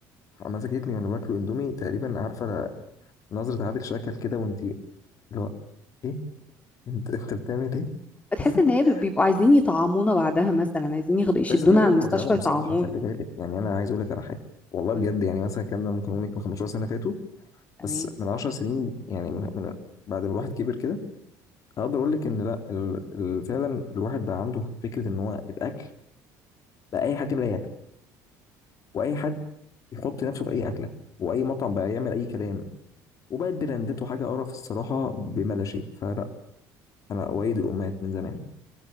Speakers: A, on the left; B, on the left.
A: مسكتني وانا باكل اندومي تقريبا عارفه نظره عادل شكل كده وانت اللي هو ايه انت انت بتعمل ايه
B: بتحس
A: <laughs>
B: ان هي بي- بيبقوا عايزين يطعمونا بعدها مثلا عايزين ياخدوا يشدونا
A: بس خلي بالك
B: على المستشفى
A: هم كلامهم
B: يطعمونا
A: صح خلي بالك يعني انا عايز اقول لك على حاجه والله
B: قولي.
A: بجد يعني مثلا الكلام ده ممكن اقول لك من 15 سنه فاتوا
B: تمام
A: بس من 10 سنين يعني من من بعد ما الواحد كبر كده هقدر اقول لك ان لا ال- ال- فعلا الواحد بقى عنده فكره ان هو الاكل بقى اي حد يعمل اي اكل واي حد يحط نفسه في اي اكله واي مطعم بقى يعمل اي كلام وبقت براندات وحاجه قرف الصراحه بما لا شيء فلا انا اؤيد الامهات من زمان